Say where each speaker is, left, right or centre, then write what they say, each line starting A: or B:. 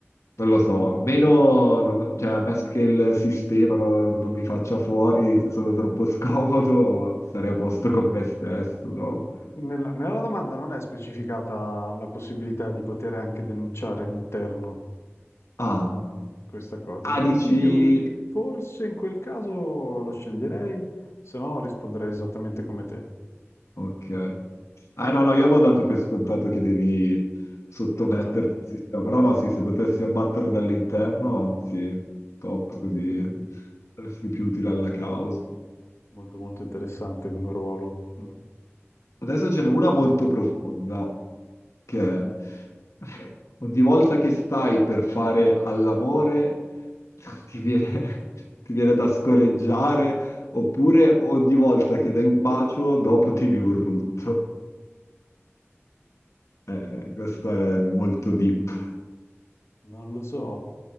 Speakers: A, on the left (about 85°); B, on the left (about 65°).
A: non lo so, a meno, non-
B: Mhm.
A: cioè, ammesso che il sistema non, non mi faccia fuori se sono troppo <laughs> scomodo, sarei a posto con me stesso. no?
B: Esatto. Nella, nella domanda non è specificata la possibilità di poter anche denunciare all'interno
A: Ah,
B: Mm, questa cosa.
A: ah,
B: Per
A: dici...
B: cui io mm, forse in quel caso lo sceglierei, se no risponderei esattamente come te.
A: Ok. Ah, no, no, io avevo dato per scontato che devi sottometterti
B: Certo.
A: al sistema, però no, sì, se potessi abbatterlo dall'interno, anzi, top, così
B: Sì, è
A: saresti più utile alla causa.
B: molto molto interessante come ruolo. Mm,
A: Adesso ce n'è una
B: Vai.
A: molto profonda, che <laughs> è, ogni volta che stai per fare all'amore <laughs> ti viene, ti viene da scoreggiare, oppure ogni volta
B: <laughs>
A: che dai un bacio dopo tiri un rutto. Eh, questo è molto deep.
B: Non lo so,